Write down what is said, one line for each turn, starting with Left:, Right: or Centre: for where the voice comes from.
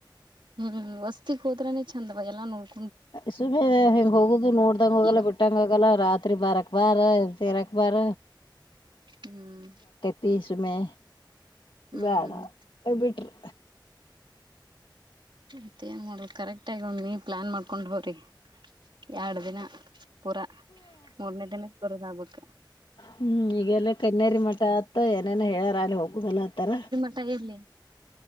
Right: ಹ್ಮ್ ವಸ್ತಿಕ್ ಹೋದ್ರನೆ ಚಂದ ಬ ಎಲ್ಲ ನೋಡ್.
Left: ಸುಮ ಹೆಂಗ ಹೋಗುದು ನೋಡ್ದಂಗ ಹೋಗಲ್ಲ
Right: ಈಗ
Left: ಬಿಟ್ಟಂಗ ಹೋಗಲ್ಲ ರಾತ್ರಿ ಬಾರಕ್ ಬಾರ ತೇರಾಕ್ ಬಾರ.
Right: ಹ್ಮ್
Left: ತೀಸಮೆ
Right: ಹ್ಮ್
Left: ಬೇಡ ಬಿಟ್ರು.
Right: ಮತ್ ಏನ್ ಮಾಡೊದು ಕರೆಕ್ಟ್ ಆಗಿ ಒಮ್ಮಿ ಪ್ಲಾನ್ ಮಾಡ್ಕೊಂಡ್ ಹೋಗ್ರಿ ಎರಡ್ ದಿನ. ಪೂರಾ ಮೂರನೇ ದಿನಕ್ಕೆ ಬರೋದ ಆಗ್ಬೇಕ.
Left: ಹ್ಮ್ ಈಗೆಲ್ಲ ಕಣನ್ನೇರಿ ಮಠ ಅತ್ತ ಏನೇನ ಹೇಳ್ಯಾರ ಅಲ್ಲಿ ಹೋಗುದಲ್ಲ ಆತರ.
Right: <unintelligible> ಇರ್ಲ್ಲಿ.